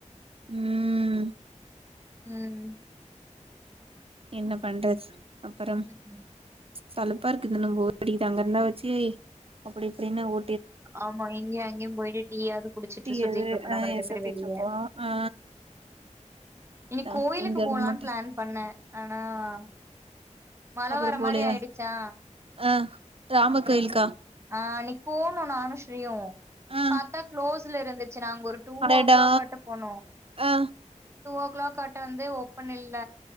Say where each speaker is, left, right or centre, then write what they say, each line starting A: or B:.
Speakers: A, on the right; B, on the right.
A: உம்
B: உம்
A: என்ன பண்றது அப்புறம்
B: ம்,
A: சலுப்பா இருக்குது <unintelligible> வச்சு அப்டி இப்டின்னு ஓ
B: ஆமா இங்கயு அங்கயு போயிட்டு டீயாவது குடிச்சிட்டு
A: டீயது
B: சுத்திட்டு இருப்போ
A: ஆ
B: நம்ம ரெண்டு
A: சுத்திட்ருப்போ
B: பேரும் வெளியே
A: ஆ ஆ
B: இன்னிக்கு
A: அதா
B: கோயிலுக்கு
A: இங்க இருந்து
B: போலாம்னு
A: மட்டு
B: பிளான் பண்ணே ஆ ஆ ஆ மழ
A: அப்றோ
B: வர
A: போலயா
B: மாரி ஆயிடுச்சா
A: ஆ ராமர்
B: அப்புற
A: கோயிலுக்கா
B: எங்க ஆஸ் இன்னைக் போனோ நானும் ஸ்ரீயும்
A: ஆ
B: பத்தா க்ளோஸ்ல இருந்துச்சு நாங்க ஒரு டூ
A: அடடா
B: ஓ கிளாக்காட்ட போனோ
A: ஆ
B: டூ ஓ கிளாக் கட்ட வந்து ஓப்பன் இல்ல